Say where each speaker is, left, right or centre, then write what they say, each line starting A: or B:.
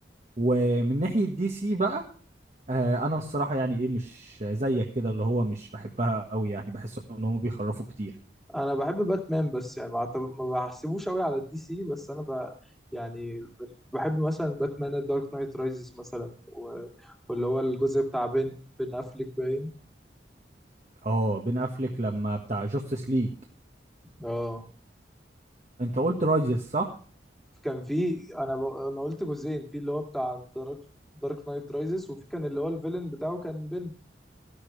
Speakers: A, on the right; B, in the centre.
A: ومن ناحيه دي سي بقى آه، انا الصراحه يعني ايه مش زيك كده اللي هو مش بحبها قوي يعني بحس ان هم بيخرفوا كتير
B: انا بحب باتمان بس يعني ما أعتب- ما بحسبوش قوي على الدي سي بس انا ب... يعني ب- بحب مثلا باتمان دارك نايت رايزز مثلا و... واللي هو الجزء بتاع بين بين افليك باين
A: اه بين افليك لما بتاع جاستس ليج
B: اه
A: انت قلت رايزس صح
B: كان في انا ب... انا قلت جزئين في اللي هو بتاع دارك دارك نايت رايزز وفي كان اللي هو الفيلن بتاعه كان بن